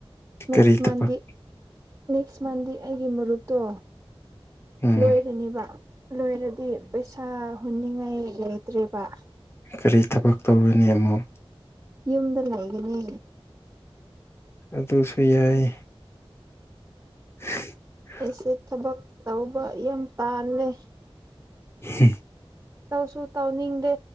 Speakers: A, on the right; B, on the left.
A: ꯅꯦꯛꯁ
B: ꯀꯔꯤ
A: ꯃꯟꯗꯤ
B: ꯊꯕꯛ
A: ꯅꯦꯛꯁ ꯃꯟꯗꯦ ꯑꯩꯒꯤ ꯃꯔꯨꯞꯇꯣ
B: ꯎꯝ
A: ꯂꯣꯏꯔꯅꯦꯕ ꯂꯣꯏꯔꯗꯤ ꯄꯩꯁꯥ ꯍꯨꯟꯅꯤꯡꯉꯥꯏ ꯂꯩꯇ꯭ꯔꯦꯕ
B: ꯀꯔꯤ ꯊꯕꯛ ꯇꯧꯔꯅꯤ ꯑꯃꯨꯛ
A: ꯌꯨꯝꯗ ꯂꯩꯒꯅꯤ
B: ꯑꯗꯨꯁꯨ ꯌꯥꯏ <inaudible>
A: ꯑꯩꯁꯦ ꯊꯕꯛ ꯇꯧꯕ ꯌꯥꯝ ꯇꯥꯜꯂꯦ
B: ꯎꯝ
A: ꯇꯧꯁꯨ ꯇꯧꯅꯤꯡꯗꯦ